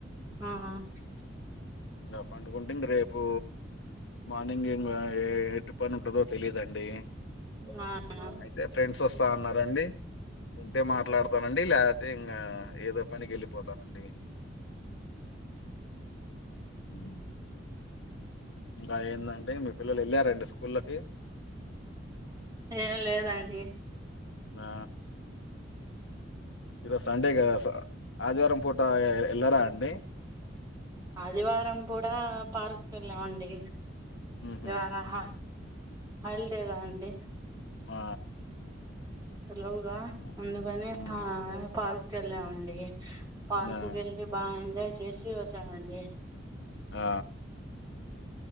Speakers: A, on the right; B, on the left.
A: ఆ అ
B: ఇంగ పండుకుంటే ఇంగ రేపు మార్నింగ్ ఇంగా ఎ ఎట్ పని ఉంటుందో తెలియదండి
A: ఆ అ
B: అయితే ఫ్రెండ్స్ వస్తా అన్నారండి ఉంటే మాట్లాడతానండి లేతే ఇంగా ఏదో పనికి ఎళ్ళిపోతానండి మ్ ఇంకా ఏందండి మీ పిల్లలు ఎళ్ళారా అండి స్కూళ్ళకి
A: ఏం లేదండి
B: నా ఈరోజు సండే గా స ఆదివారం పూటా ఎ ఎళ్ళరా అండి
A: ఆదివారం పూట పార్కుకి ఎళ్ళామండి
B: ఉహు
A: ఇవాళ హ హల్డే గా అండి
B: ఆ
A: హలోగా
B: ఉమ్
A: ముందుగానె
B: ఉమ్.
A: పార్కు కెళ్ళామండి పార్కు
B: ఆ
A: కెళ్ళి బా ఎంజాయ్ చేసి వచ్చామండి
B: ఆ